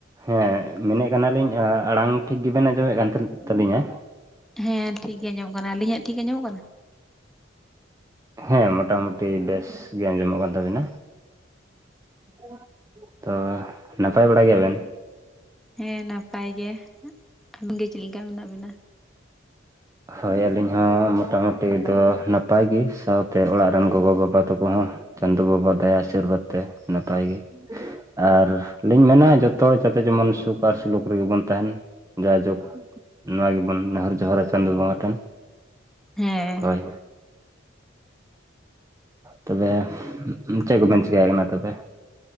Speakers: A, on the right; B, in the centre.
A: ᱦᱮᱸ ᱢᱮᱱᱮᱫ ᱠᱟᱱᱟ ᱞᱤᱧ ᱟᱲᱟᱝ ᱴᱷᱤᱠ ᱜᱮᱵᱤᱱ ᱟᱸᱡᱚᱢᱮᱫ ᱠᱟᱱ ᱛᱟᱦᱮᱸ ᱛᱟᱹᱞᱤᱧᱟ‌?
B: ᱦᱮᱸ ᱴᱷᱤᱠ ᱜᱮ ᱟᱸᱡᱚᱢᱚᱜ ᱠᱟᱱᱟ ᱟᱹᱞᱤᱧᱟᱜ ᱴᱷᱤᱠ ᱜᱮ ᱟᱸᱡᱚᱢᱚᱜ ᱠᱟᱱᱟ?
A: ᱦᱮᱸ ᱢᱳᱴᱟᱢᱩᱴᱤ ᱵᱮᱥ ᱜᱮ ᱟᱸᱡᱚᱢᱚᱜ ᱠᱟᱱ ᱛᱟᱹᱵᱤᱱᱟ ᱾ ᱛᱚ ᱱᱟᱯᱟᱭ ᱵᱟᱲᱟ ᱜᱮᱭᱟ ᱵᱤᱱ?
B: ᱦᱮᱸ ᱱᱟᱯᱟᱭ ᱜᱮ ᱟᱹᱵᱤᱱ ᱜᱮ ᱪᱮᱫ ᱞᱮᱠᱟ ᱢᱮᱱᱟᱜ ᱵᱤᱱᱟ?
A: ᱦᱳᱭ ᱟᱹᱞᱤᱧ ᱦᱚᱸ ᱢᱚᱴᱟᱢᱩᱴᱤ ᱫᱚ ᱱᱟᱯᱟᱭ ᱜᱮ ᱥᱟᱶᱛᱮ ᱚᱲᱟᱜ ᱨᱤᱱ ᱜᱚᱜᱚᱼᱵᱟᱵᱟ ᱛᱟᱠᱚ ᱦᱚᱸ ᱪᱟᱸᱫᱳ ᱵᱟᱵᱟ ᱫᱟᱭᱟ ᱟᱥᱤᱨᱵᱟᱫ ᱛᱮ ᱱᱟᱯᱟᱭ ᱜᱮ ᱾ ᱟᱨ ᱞᱤᱧ ᱢᱮᱱᱟ ᱡᱚᱛᱚ ᱦᱚᱲ ᱡᱚᱛᱚ ᱡᱮᱢᱚᱱ ᱥᱩᱠ ᱟᱨ ᱥᱩᱞᱩᱠ ᱨᱮᱜᱮ ᱵᱚᱱ ᱛᱟᱦᱮᱸᱱ ᱾ ᱡᱟᱭᱡᱩᱜᱽ ᱱᱚᱣᱟ ᱜᱮᱵᱚᱱ ᱱᱮᱦᱚᱸᱨ ᱡᱚᱦᱟᱸᱨᱟ ᱪᱟ ᱪᱟᱸᱫᱚ ᱵᱟᱝᱜᱟ ᱴᱷᱮᱱ
B: ᱦᱮᱸ
A: ᱦᱳᱭ ᱛᱚᱵᱮ ᱪᱮᱫ ᱠᱚᱵᱮᱱ ᱪᱤᱠᱟ ᱭᱮᱫ ᱠᱟᱱᱟ ᱛᱚᱵᱮ